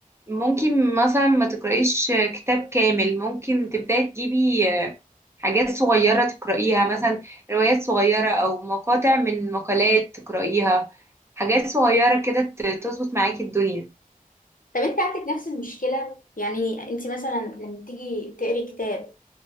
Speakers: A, on the right (about 20°); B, on the left (about 70°).
A: ممكن مثلا ما تقرأيش كتاب كامل ممكن تبداي تجيبي آه، حاجات صغيرة تقرأيها مثلا روايات صغيرة أو مقاطع من مقالات تقرأيها حاجات صغيرة كده ت- تظبط معاكي الدنيا
B: طب انت عندك نفس المشكله يعني انت مثلا لما تيجي تقري كتاب